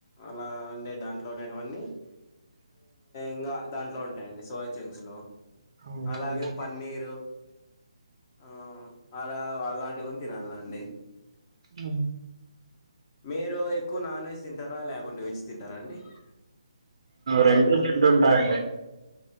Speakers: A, on the left; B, on the right.
A: అలా ఉండే దాట్ లోనేటివన్నీ ఇంగా దాంట్లో ఉంటాయండి సోయా చెంస్ లో
B: అవునండి
A: అలాగే పన్నీరు ఆ అలా అలాంటి కూడా తినాలండి
B: ఆ
A: మీరు ఎక్కువ నాన్ వెజ్ తింటారా లేకుంటే వెజ్ తింటారా అండి
B: రెండు తింటూటాఅండి